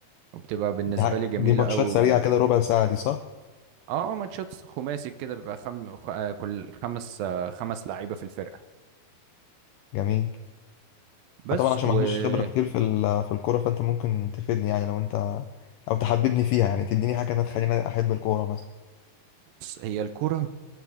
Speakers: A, on the right; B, on the left.
A: وبتبقى بالنسبة
B: دي, حاجة.
A: لي جميلة
B: دي ماتشات
A: أوي و...
B: سريعة كده ربع ساعة دي صح
A: آه ماتشات خماسي كده بيبقى خم... خ- آه، كل خمس آه، خمس لعيبة في الفرقة
B: جميل
A: بس
B: أنا طبعا عشان
A: وبص
B: ما عنديش خبرة كتير في ال- في الكورة فانت ممكن تفيدني يعني لو انت او تحببني فيها يعني تديني حاجة أنا تخليني احب الكورة
A: هي الكرة